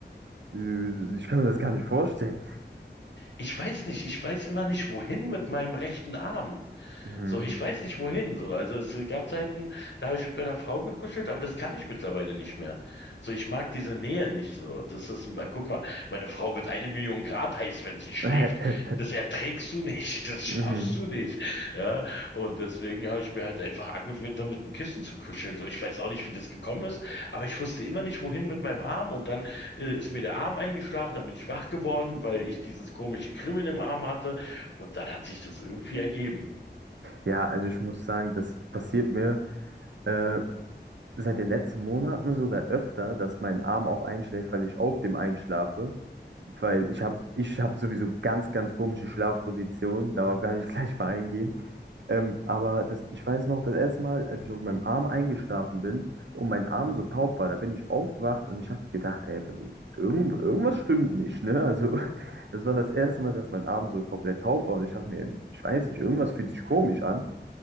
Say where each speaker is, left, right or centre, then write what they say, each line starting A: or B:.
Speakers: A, on the right; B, on the left.
A: äh, ich kann mir das gar nicht vorstellen.
B: Ich weiß nicht, ich weiß immer nicht, wohin mit meinem rechten Arm.
A: Mhm.
B: So, ich weiß nicht, wohin. So, also es gab Zeiten, da habe ich mit meiner Frau gekuschelt, aber das kann ich mittlerweile nicht mehr. So, ich mag diese Nähe nicht. So, das ist, guck mal, meine Frau wird eine Million Grad heiß, wenn sie schläft.
A: <laughs>
B: Das erträgst du nicht, <laughs> das schaffst
A: Mhm.
B: du nicht. Ja, und deswegen habe ich mir halt einfach angewöhnt, da mit dem Kissen zu kuscheln. So, ich weiß auch nicht, wie das gekommen ist, aber ich wusste immer nicht, wohin mit meinem Arm und dann äh, ist mir der Arm eingeschlafen, dann bin ich wach geworden, weil ich dieses komische Kribbeln im Arm hatte und dann hat sich das irgendwie ergeben.
A: Ja, also ich muss sagen, das passiert mir äh, seit den letzten Monaten sogar öfter, dass mein Arm auch einschläft, weil ich auf dem einschlafe. weil ich habe ich hab sowieso ganz, ganz komische Schlafpositionen, darauf kann ich <laughs> gleich mal eingehen. Ähm, aber das, ich weiß noch, das erste Mal, als ich auf meinem Arm eingeschlafen bin und mein Arm so taub war, da bin ich aufgewacht und ich habe gedacht, hey, irgend, irgendwas stimmt nicht, ne? Also, <laughs> das war das erste Mal, dass mein Arm so komplett taub war und ich dachte mir, ich weiß nicht, irgendwas fühlt sich komisch an.